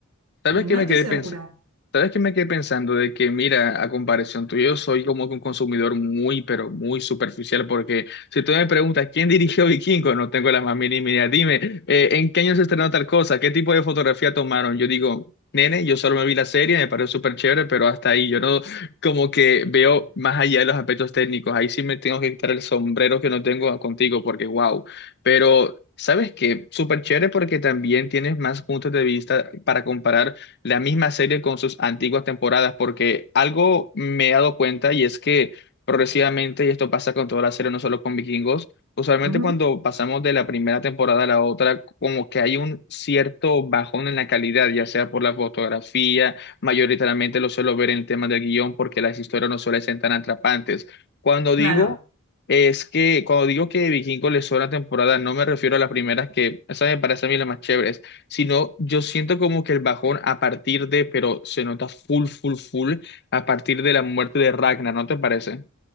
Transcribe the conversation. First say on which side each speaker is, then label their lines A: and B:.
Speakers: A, on the left (about 50°); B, on the right (about 85°).
A: ¿Sabes
B: Eh,
A: qué
B: no
A: me
B: estoy
A: quedé
B: segura.
A: ¿Sabes qué me quedé pensando? De que, mira, a comparación tuyo, yo soy como que un consumidor muy, pero muy superficial, porque si tú me preguntas quién dirigió Vikingo, no tengo la más mínima idea. Dime, eh, ¿en qué año se estrenó tal cosa? ¿Qué tipo de fotografía tomaron? Yo digo, nene, yo solo me vi la serie, me pareció súper chévere, pero hasta ahí yo no como que veo más allá de los aspectos técnicos. Ahí sí me tengo que quitar el sombrero que no tengo contigo, porque wow. Pero... ¿Sabes qué? Súper chévere porque también tienes más puntos de vista para comparar la misma serie con sus antiguas temporadas, porque algo me he dado cuenta y es que progresivamente, y esto pasa con toda la serie, no solo con Vikingos, usualmente
B: Ujú,
A: cuando pasamos de la primera temporada a la otra, como que hay un cierto bajón en la calidad, ya sea por la fotografía, mayoritariamente lo suelo ver en el tema del guión, porque las historias no suelen ser tan atrapantes. Cuando
B: Claro,
A: digo... Es que cuando digo que Vikingos les sobra temporada, no me refiero a las primeras que, esa me parece a mí la más chévere sino yo siento como que el bajón a partir de, pero se nota full, full, full, a partir de la muerte de Ragnar, ¿no te parece?